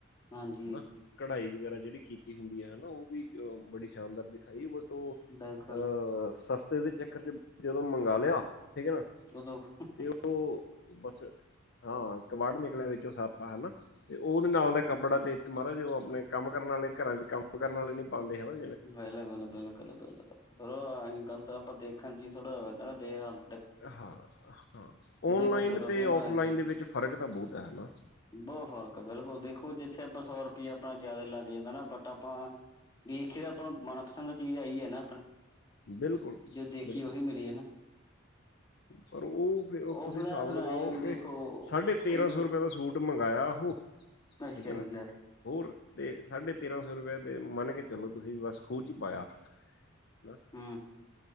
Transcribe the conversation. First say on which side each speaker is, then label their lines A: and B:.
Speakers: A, on the left; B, on the left.
A: ਹਾਂਜੀ।
B: ਹਨਾ ਕਢਾਈ ਵਗੈਰਾ ਜਿਹੜੀ ਕੀਤੀ ਹੁੰਦੀ ਹੈ ਨਾ ਉਹ ਵੀ ਬੜੀ ਸ਼ਾਨਦਾਰ ਦਿਖਾਈ ਬਟ ਉਹ
A: ਬਿਲਕੁਲ
B: ਸਸਤੇ ਦੇ ਚੱਕਰ ਚ ਜਦੋਂ ਮੰਗਵਾ ਲਿਆ ਠੀਕ ਏ ਨਾ
A: ਉਹਦ <unintelligible>
B: ਤੇ ਉਹ ਬਸ ਹਾਂ ਕ ਵੜ ਨਿਕਲਿਆ ਵਿੱਚੋਂ ਸਾਰਾ ਹਨਾ। ਤੇ ਉਹਦੇ ਨਾਲ ਦਾ ਕੱਪੜਾ ਤੇ ਇੱਥੇ ਮਹਾਰਾਜ ਉਹ ਆਪਣੇ ਕੰਮ ਕਰਨ ਵਾਲੇ ਘਰਾਂ ਚ ਕੰਮ ਕਰਨ ਵਾਲੇ ਨੀ ਪਾਦੇ ਹੈਨਾ।
A: ਬਿਲ ਵੁਲ ਬਿਲਕੁਲ ਬਿਲਕੁਲ ਫਿਰੋ ਅਸੀਂ ਗਲਤ ਆਪਾਂ ਦੇਖਣ ਚੀ ਥੋੜਾਹਦਾ ਨਾ ਦੇਖਣ।
B: ਹਾਂ ਹਾਂ ਔਨਲਾਈਨ
A: ਕੁਛ ਹੋਰ
B: ਅਤੇ
A: ਆ ਕਈ ਵਾਰ
B: ਔਫਲਾਈਨ
A: ਐਵੇਂ
B: ਦੇ ਵਿੱਚ ਫ਼ਰਕ ਤਾਂ ਬਹੁਤ ਹੈ ਨਾ।
A: ਬਹੁਤ ਫ਼ਰਕ ਬਿਲਕੁਲ ਦੇਖੋ ਜਿੱਥੇ ਆਪਾਂ ਸੌ ਰੁਪਇਆ ਆਪਣਾ ਜਿਆਦਾ ਲੱਗ ਜਾਂਦਾ ਨਾ ਬਟ ਆਪਾਂ ਤੇ ਆਪਾਂ ਮਨਪਸੰਦ ਚੀਜ਼ ਆਈ ਏ ਨਾ ਆਪਣੇ
B: ਬਿਲਕੁਲ
A: ਜੋ ਦੇਖੀਏ
B: ਬਿਲਕੁਲ
A: ਉਹੀ ਮਿਲੀ ਏ ਨਾ
B: ਪਰ ਉਹ ਫਿਰ
A: ਔਫਲਾਈਨ
B: ਤੁਸੀਂ ਹਿਸਾਬ
A: ਫਿਰ
B: ਲਗਾਓ
A: ਆਏ ਆ ਵੀ
B: ਕਿ
A: ਦੇਖੋ
B: ਸਾਢੇ ਤੇਰ੍ਹਾਂ
A: ਕਈ
B: ਸੌ
A: ਵਾਰ
B: ਰੁਪਏ ਦਾ ਸੂ ਸੂਟ ਮੰਗਾਇਆ ਉਹ
A: ਅੱਛਾ
B: ਠੀਕ ਹੈ
A: ਹੀਲ
B: ਨਾ
A: <unintelligible>
B: ਹੋਰ ਤੇ ਸਾਢੇ ਤੇਰਾਂ ਸੌ ਰੁਪਇ ਤੇ ਮੰਨ ਕੇ ਚਲੋ ਤੁਸੀਂ ਬਸ ਖੂਹ ਚ ਹੀ ਪਾਇਆ। ਨਾ
A: ਹੂੰ।